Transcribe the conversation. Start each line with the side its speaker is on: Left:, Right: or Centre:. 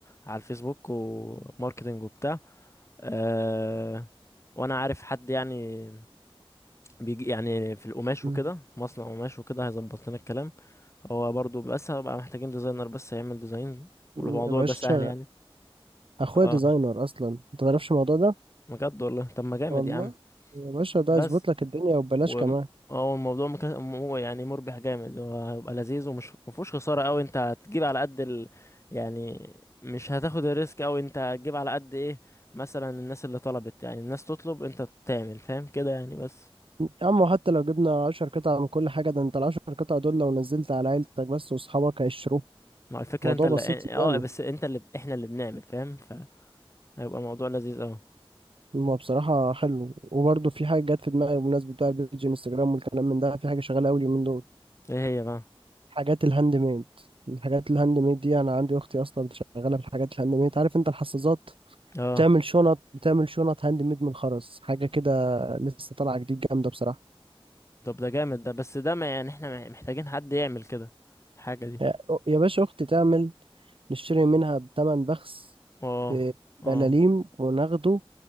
Left: على الفيسبوك وماركتنج وبتاع أه وانا عارف حد يعني بيجي يعني في القماش
Right: م-
Left: وكده مصنع قماش وكده هيظبط لنا الكلام هو برضو بس هبقى محتاجين ديزاينر بس يعمل ديزاين والموضوع
Right: م- يا باشا
Left: ده سهل يعني
Right: اخويا
Left: اه
Right: ديزاينر اصلا انت ما تعرفش الموضوع ده
Left: بجد والله طب ما جامد
Right: والله
Left: يا عم
Right: يا باشا ده
Left: بس
Right: يظبط لك الدنيا وببلاش
Left: و
Right: كمان
Left: اه الموضوع مك... مو- يعني مربح جامد وهيبقى لذيذ ومش مفهوش خسارة قوي انت هتجيب على قد ال... يعني مش هتاخد الريسك قوي انت هتجيب على قد ايه مثلا الناس اللي طلبت يعني الناس تطلب انت تعمل فاهم كده يعني بس
Right: يا عم وحتى لو جبنا عشر قطع من كل حاجة ده انت العشر قطع دول لو نزلت على عيلتك بس واصحابك هيشتروه
Left: ما الفكرة
Right: موضوع
Left: انت اللي
Right: بسيط
Left: إيه،
Right: يعني
Left: اه بس انت اللي احنا اللي بنعمل فاهم فهيبقى موضوع لذيذ اوي
Right: هو بصراحة حلو وبرضه في حاجة جت في دماغي بمناسبة بتاع البيج انستجرام والكلام من ده في حاجة شغالة أوي اليومين دول
Left: ايه هي بقى
Right: حاجات الهاند ميد الحاجات الهاند ميد دي أنا عندي أختي أصلا شغالة في الحاجات الهاند ميد عارف أنت الحظاظات
Left: اه
Right: بتعمل شنط بتعمل شنط هاند ميد من الخرز حاجة كده لسه طالعة جديد جامدة بصراحة
Left: طب ده جامد ده بس ده ما يعني احنا محتاجين حد يعمل كده الحاجة دي
Right: يا يا باشا أختي تعمل نشتري منها بتمن بخس
Left: اه اه
Right: بملاليم وناخده